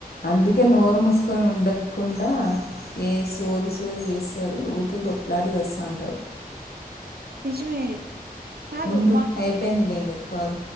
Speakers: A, on the left; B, on the right.
A: అందుకే నోరు ముూసుకొని ఉండకుండా ఏ సోది సోది చేసారు ఊరికే కొట్లాడి సస్తా అంటారు
B: నిజమే కాదు
A: ఉండు
B: మా కరెక్ట్
A: అయిపోయింది లే ఇంకా కాల్